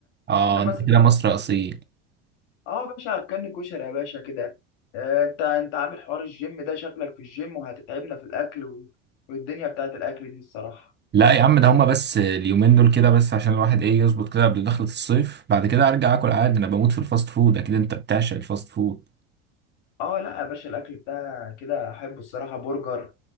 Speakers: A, on the right; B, on the left.
A: اه
B: انما
A: انت كده مصر اصيل
B: اه يا باشا هتكني كشري يا باشا كده آه، انت انت عامل حوار الجيم ده شكلك في الجيم وهتتعبنا في الاكل و... والدنيا بتاعت الاكل دي الصراحه
A: لا يا عم ده هما بس اليومين دول كده بس عشان الواحد ايه يظبط كده قبل دخلة الصيف بعد كده ارجع اكل عادي انا بموت في الفاست فود اكيد انت بتعشق الفاست فود
B: اه لا يا باشا الاكل بتاع كده احبه الصراحه برجر